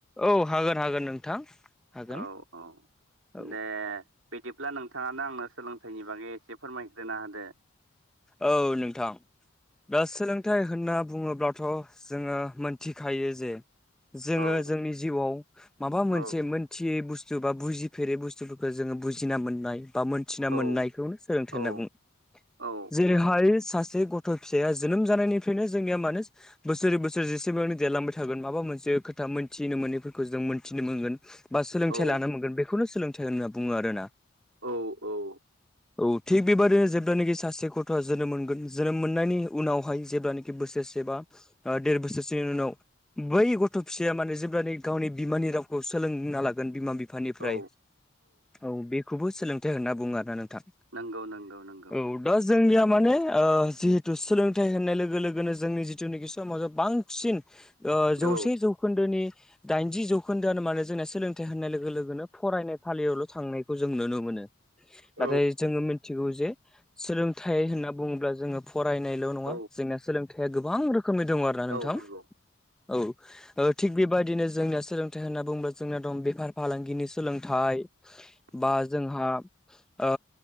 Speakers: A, in the centre; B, on the right.
A: औ हागोन हागोन नोंथां हागोन
B: औ औ।
A: औ
B: दे बिदिब्ला नोंथाङानो आंनो सोलोंथाइनि बागै एसे फोरमायग्रोना होदो।
A: औ नोंथां दा सोलों थाइ होनना बुङोब्लाथ' जोङो मोनथिखायो जे जोङो
B: औ
A: जोंनि जिउआव माबा मोनसे
B: औ
A: मोनथियै बुस्थु सोरबा बुजिफेरै बुस्थुफोरखौ जोङो बुजिना मोननाय बा मोन्थिना
B: औ
A: मोननायखौनो सोलोंथाइ
B: औ
A: होनना बुङो।
B: औ
A: जेरैहाय सासे गथ' फिसाया जोनोम जानायनिफ्रायनो जोंनिया मानो बोसोरै बोसोर जेसेबांनो देरलांबाय थागोन माबा मोनसे खोथा मोन्थिनो मोनैफोरखौ जों मोन्थिनो मोनगोन। बा सोलोंथाइ
B: औ
A: लानो मोनगोन बेखौनो सोलोंथाइ होनना बुङो आरो ना।
B: औ औ।
A: औ थिग बेबादिनो जोब्लानो <unintelligible> सासे गथ'आ जोनोम मोनगोन जोनोम मोननायनि उनावहाय जेब्लानोखि बोसोरसे बा ओ देर बोसोरसोनि उनाव बै गथ' फिसाया माने जेब्लानो गावनि बिमानि रावखौ सोलोंना लागोन बिमा-बिफा बिफानिफ्राय
B: औ
A: औ बेखौबो सोलोंथाइ होनना बुङो आरोना नोंथां।
B: नंगौ नंगौ नंगौ।
A: औ दा जोंनिया माने ओ जिहेथु सोलोंथाइ होननाय लोगो लोगोनो जोंनि जिथुनाखि समाजा बां सिन जौसे
B: औ
A: जौ जौखोन्दोनि दाइनजि जौखोन्दोआनो माने जोंनिया सोलोंथाइ होननाय लोगो लोगोनो फरायनाय फालियावल' थांनाय खौ जों नुनो मोनो
B: औ
A: नाथाय जोङो मिथिगौ जे सोलोंथाइ होनना बुङोब्ला जोङो फरायनायल' नङा
B: औ
A: जोंनाया सोलोंथाइया गोबां रोखोमनि दं आरो। ना
B: औ
A: नोंथां
B: नंगौ
A: औ। ओ थिग बेबायदिनो जोंनिया सोलोंथाइ होनना बुङोब्ला जोंनिया दं बेफार फालांगिनि सोलोंथाइ
B: <inaudible>
A: बा जोंहा ओ